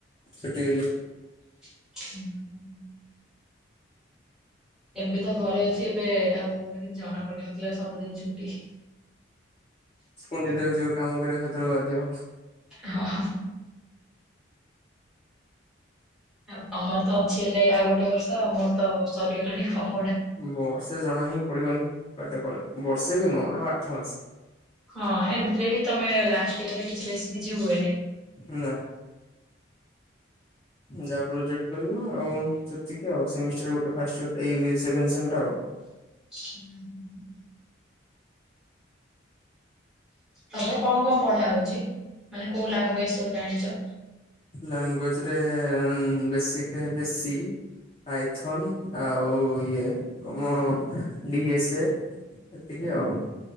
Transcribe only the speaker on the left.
ଛୁଟି ବୋଲି।
ପୁଣି ଯେତେବେଳେ ଯିବ କାମ କରିବା ସେତେବେଳେ ବାଧିବ।
ବର୍ଷେ ଜଣା ହିଁ ପଡିବନି କୁଆଡେ ପଳେଇବ। ବର୍ଷେ ବି ନୁହଁ ଆଉ ଆଠ ମାସ।
ନା। ଯାହା ପ୍ରୋଜେକ୍ଟ କରିବ ଆଉ ସେତିକି ଆଉ ସେମିଷ୍ଟାର ଗୋଟେ ଫାଷ୍ଟ ଇୟର୍ ଏଇ ବି ସେଭେନ୍ ସେମ୍ ଟା ଆଉ।
ଲାଙ୍ଗୁଏଜ୍ ରେ ବେସିକ୍ ରେ ହେଲେ ସି। ପାଇଥୋନ୍ ଆଉ ଇଏ କମ ଡି ଏସ୍ ଏ। ସେତିକି ଆଉ।